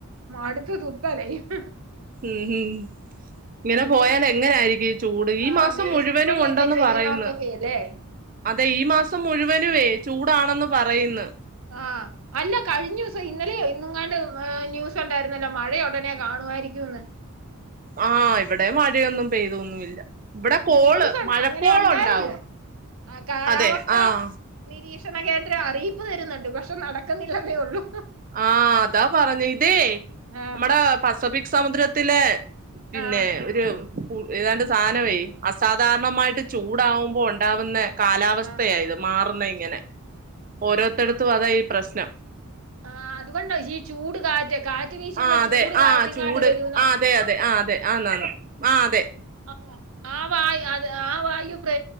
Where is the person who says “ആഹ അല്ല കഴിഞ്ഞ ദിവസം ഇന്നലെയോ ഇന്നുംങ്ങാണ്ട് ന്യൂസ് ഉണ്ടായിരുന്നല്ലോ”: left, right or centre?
Right